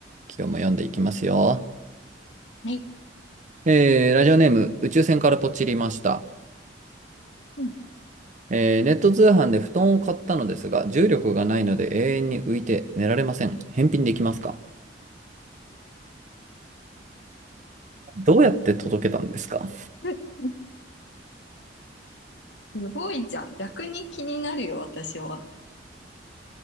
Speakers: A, on the right; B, on the left.
A: 今日も読んでいきますよ。
B: はい。
A: えー、ラジオネーム、宇宙船からポチりました。
B: うん。
A: えー、ネット通販で布団を買ったのですが、重力がないので永遠に浮いて寝られません。返品できますかどうやって届けたんですか
B: <laughs> すごいじゃん。逆に気になるよ、私は。